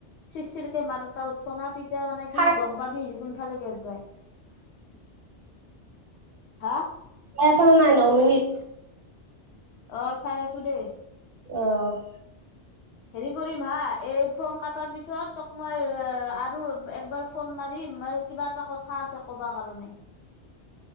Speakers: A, on the left; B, on the right.
A: চিৰ- চিৰ কে মাত এটা উঠফনা তেতিয়া মানে
B: চাই
A: কি গম পাবি কোনফালে গেছ যায়। হা
B: চাইছা নে নাই নও মিনিট?
A: অহ, চাই আছো দে।
B: অহ ',
A: হেৰি কৰিম হা এই ফোন কাটাৰ পিছত তোক মই আৰু একবাৰ ফোন মাৰি কিবা এটা কথা আছে কবা কাৰণে